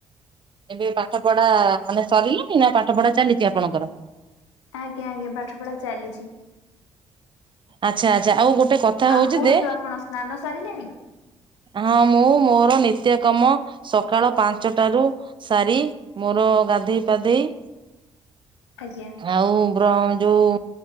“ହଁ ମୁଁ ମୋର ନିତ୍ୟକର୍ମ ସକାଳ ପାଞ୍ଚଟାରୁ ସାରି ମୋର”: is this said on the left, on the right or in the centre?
Right